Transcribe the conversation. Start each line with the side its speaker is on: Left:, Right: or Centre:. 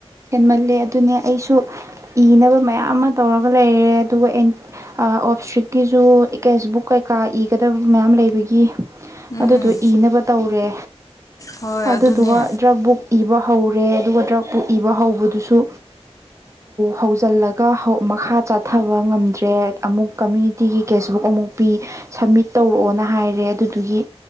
Right: ꯍꯦꯟꯃꯜꯂꯦ ꯑꯗꯨꯅꯦ ꯑꯩꯁꯨ ꯏꯅꯕ ꯃꯌꯥꯝ ꯑꯃ ꯇꯧꯔꯒ ꯂꯩꯔꯦ ꯑꯗꯨꯒ ꯑꯣꯞ ꯏꯁꯇ꯭ꯔꯤꯛꯀꯤꯖ ꯀꯦꯁ ꯕꯨꯛ ꯀꯩꯀꯥ ꯏꯒꯗꯕ ꯃꯌꯥꯝ ꯂꯩꯕꯒꯤ
Left: ꯎꯝ
Right: ꯑꯗꯨꯗꯣ ꯏꯅꯕ ꯇꯧꯔꯦ
Left: ꯍꯣꯏ
Right: ꯑꯗꯨꯗꯨꯒ
Left: ꯑꯗꯨꯅꯦ
Right: ꯗ꯭ꯔꯛ ꯕꯨꯛ ꯏꯕ ꯍꯧꯔꯦ ꯑꯗꯨꯒ ꯗ꯭ꯔꯛꯄꯨ ꯏꯕ ꯍꯧꯕꯗꯨꯁꯨ ꯍꯧꯖꯤꯜꯂꯒ ꯃꯈꯥ ꯆꯥꯊꯕ ꯉꯝꯗ꯭ꯔꯦ ꯑꯃꯨꯛ ꯀꯝꯃꯨꯅꯤꯤ ꯇꯤꯒꯤ ꯀꯦꯁꯕꯨꯛ ꯑꯃꯨꯛ ꯄꯤ ꯁꯕꯃꯤꯠ ꯇꯧꯔꯛꯑꯣꯅ ꯍꯥꯏꯔꯦ ꯑꯗꯨꯗꯨꯒꯤ